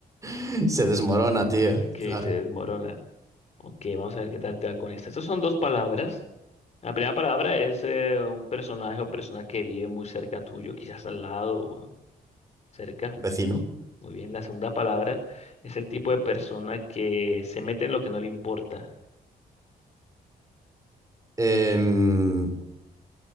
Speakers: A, on the right (about 20°); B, on the left (about 45°).
A: <laughs> Se desmorona, tío.
B: Ok,
A: Claro.
B: se desmorona. Ok, vamos a ver qué tal te va con esto. Estas son dos palabras. La primera palabra es eh, un personaje o persona que vive muy cerca tuyo, quizás al lado o cerca.
A: Vecino.
B: Muy bien, la segunda palabra es el tipo de persona que se mete en lo que no le importa.
A: Em,